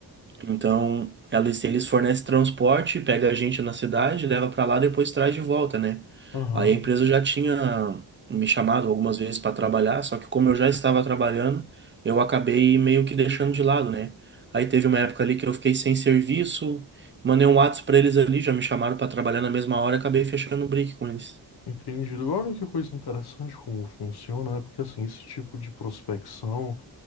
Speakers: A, on the right (about 30°); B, on the left (about 70°).
A: Então, elas, eles fornecem transporte, pega a gente na cidade, leva para lá, depois traz de volta, né?
B: aham,
A: Aí a empresa já tinha me chamado algumas vezes para trabalhar, só que como eu já estava trabalhando, eu acabei meio que deixando de lado, né? Aí teve uma época ali que eu fiquei sem serviço, mandei um WhatsApp para eles ali, já me chamaram para trabalhar na mesma hora, e acabei fechando o break com eles.
B: entendido. Olha que coisa interessante como funciona, né? Porque assim, esse tipo de prospecção,